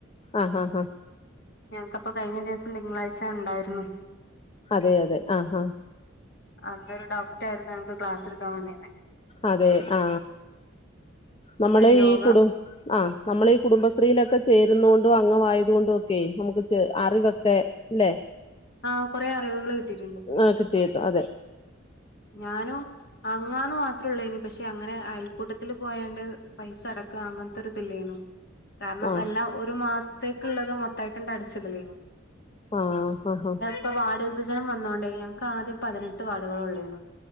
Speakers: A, on the left; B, on the left.
A: ആ ഹാ ഹാ
B: ഞങ്ങക്കപ്പ കഴിഞ്ഞ ദിവസം തിങ്കളാഴ്ച്ചാ ഇണ്ടായിര്ന്നു
A: അതെ അതെ ആ ഹാ
B: അതൊരു ഡോക്റ്റായിര്ന്നു ഞങ്ങക്ക് ക്ലാസ് ഇട്ക്കാൻ വന്നിന്ന്
A: അതെ ആ നമ്മള്
B: പിന്നെ യോഗ
A: ഈ കുടു ആഹ് നമ്മളീ കുടുംബശ്രീയിലൊക്കെ ചേര്ന്നൊണ്ടും അങ്ങവായതുകൊണ്ടും ഒക്കെ നമു ക്ക് അറിവൊക്കെ ല്ലെ
B: ആഹ് കുറെ അറിവുകള് കിട്ടീട്ടുണ്ട്
A: ആഹ് കിട്ടിട്ടോ അതെ
B: ഞാനും അങ്ങാന്ന് മാത്ര ഉള്ളായ്നി പക്ഷെ അങ്ങനെ അയൽക്കൂട്ടത്തില് പോയോണ്ട് പൈസ അടക്കാ അങ്ങനത്തെ ഒരിതില്ലായ്ന്നു കാരണം
A: ആ
B: എല്ലാം ഒരു മാസത്തേക്കുള്ളത് മൊത്തം ആയിട്ടണ്ട് അടിച്ചിടലേനു
A: ആഹ് ആഹ്
B: ഇപ്പൊ വാർഡ് വിഭജനം വന്നോണ്ടെ ഞങ്ങക്ക് ആദ്യം പതിനെട്ട് വാർഡുകളെ ഒള്ളേന്